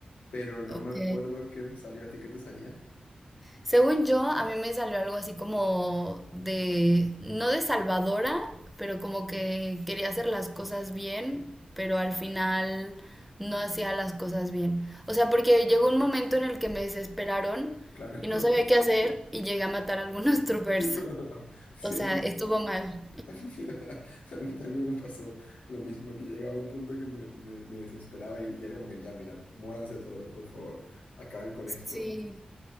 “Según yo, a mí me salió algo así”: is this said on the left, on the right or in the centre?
Centre